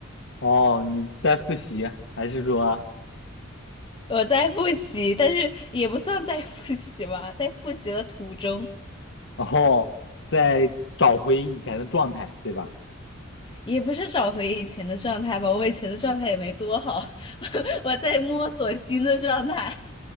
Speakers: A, on the left; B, on the left.
A: 哦，你在复习，还是说，
B: 我在复习，但是也不算在复习吧，在复习的途中，
A: 哦，在找回以前的状态，对吧？
B: 也不是找回以前的状态吧，我以前的状态也没多好，<laughs> 我在摸索新的状态。